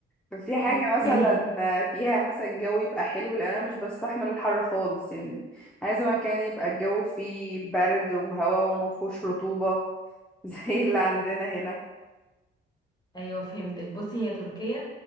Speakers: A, in the centre; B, on the left.
A: ففي حاجة
B: اوكي
A: مثلا فيها مثلا جو يبقى حلو لان انا مش بستحمل الحر خالص يعني عايزة مكان يبقى الجو فيه برد وهواء ومفهوش رطوبة <laughs> زي اللي عندنا هنا
B: ايوه فهمتك بصي هي تركيا